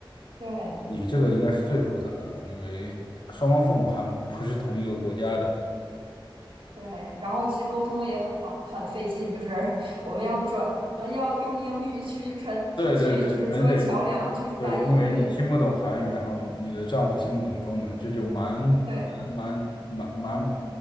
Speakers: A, on the right; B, on the left.
A: 对
B: 你这个应该是最复杂的了因为双方父母还不是同一个国家的。
A: 对，然后这沟通也很方很费劲，就是我们要转，我们要用英语去传去，
B: 对对对，
A: 就是作为桥梁去翻译，
B: 你们得对，因为你听不懂韩语，
A: 对
B: 然后你的丈夫听不懂中文，这就蛮
A: 对。
B: 蛮蛮蛮。